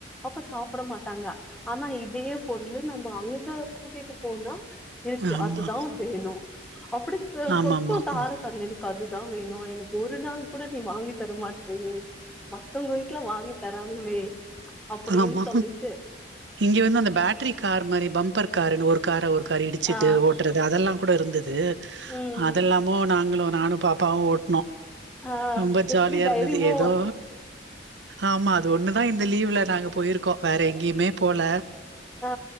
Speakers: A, in the centre; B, on the right (about 75°).
A: அப்ப சாப்பிட மாட்டாங்க ஆனா இதே பொருளு நம்ம அங் ந்து கூட்டிட்டு போனா எனக்கு
B: ஆமா.
A: அதுதா வேணு அப்படி
B: ஆமாமா.
A: கொட்டு தார தாரயா எனக் கு அதுதா வேணு எனக்கு ஒரு நாள் கூட நீ வாங்கி தர மாட்டியே மத்தவங்க வீட்ல வாங்கி தராங்களே அப்டின்னு
B: ஆமா
A: சொல்லிட்டு
B: இங்க வந்து அந்த பேட்டரி கார் மாரி பம்பர் கார்னு ஒரு காரா ஒரு காரா இடிச்சிட்டு
A: ஆ
B: ஓட்டுறது அதெல்லாங் கூட இருந்தது
A: ம்
B: அதெல்லாமோ நாங்களு நானு பாப்பாவு ஓட்
A: ஆ
B: ரொம்ப ஜாலியா
A: எப்டி தைரியமா
B: இருந்தது எதோ ஆமா அது ஒண்ணுதா இந்த லீவ்ல போயிருக்கோ வேற எங்கயுமே போல
A: ஆ